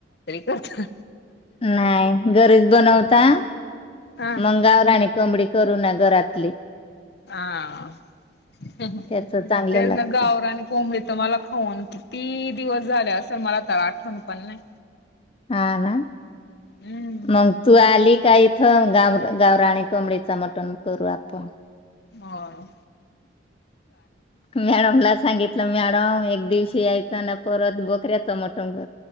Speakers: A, on the left; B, on the left.
A: करता
B: नाही घरीच बनवता
A: हा.
B: मंगावर रा आणि कमडी. करू ना घरातली.
A: हा हम्म हम्म.
B: त्याच चांगलं
A: ते
B: लागत
A: ना गावराने कोंबली तर मला खाऊन की ती दिवस झाले असं मला तर आठवण पण नाही.
B: हा ना
A: हम्म
B: मग तू आली काय इ थ गाव गावरा आणि कमडीच मटण करू आपण.
A: हा.
B: मॅडम ला सांगितलं मॅडम एक दिवशी या शताना परत बकऱ्या चमटंगर